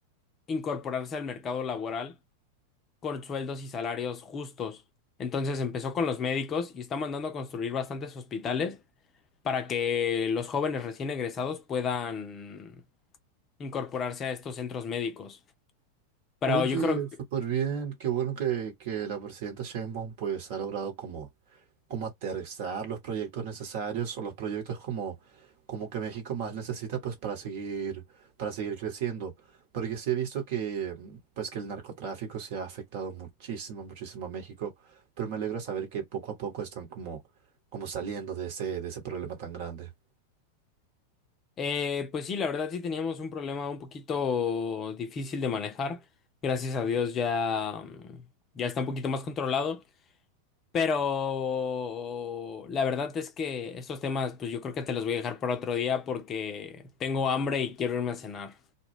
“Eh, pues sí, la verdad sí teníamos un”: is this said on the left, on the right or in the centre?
Left